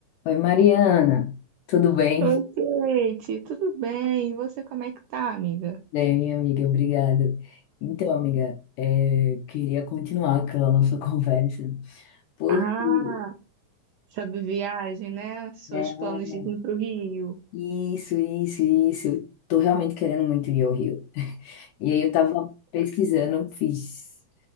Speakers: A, on the left; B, on the right.
A: Oi, Mariana, tudo bem?
B: Oi, Kate, tudo bem? E você, como é que tá, amiga?
A: Bem, minha amiga, obrigado. Então, amiga, é, queria continuar aquela nossa <laughs> conversa, porque
B: Ah, sabe viagem, né? Seus
A: né,
B: planos de vir pro Rio.
A: isso, isso, isso, eu tô realmente querendo muito ir ao Rio. <laughs> E aí eu tava pesquisando, fiz,